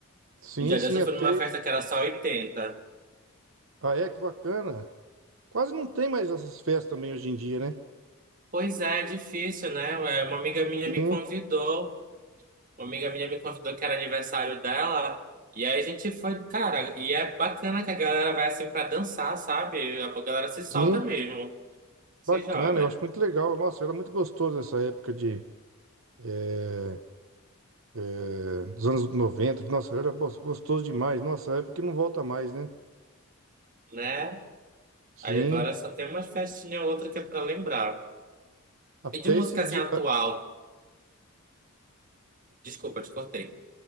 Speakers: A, on the right (about 65°); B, on the right (about 40°).
A: Sim,
B: Um dia
A: sim,
B: desse eu
A: até...
B: fui numa festa que era só oitenta
A: Ah, é, que bacana. Quase não tem mais essas festas também hoje em dia, né?
B: Pois é, é difícil, né? Ué, Uma amiga minha
A: Sim.
B: me convidou. Uma amiga minha me convidou que era aniversário dela. E aí a gente foi, cara, e é bacana que a galera vai assim pra dançar, sabe? A galera se solta
A: Sim,
B: mesmo, se
A: bacana,
B: joga
A: eu acho muito legal. Nossa, era muito gostoso essa época de, eh, eh, dos anos 90. Nossa, era gos- gostoso demais. Nossa, época que não volta mais, né?
B: né?
A: Sim,
B: Aí agora só tem uma festinha ou outra que é pra lembrar.
A: até
B: E de música
A: esses
B: assim
A: dias.
B: atual? Desculpa, te cortei.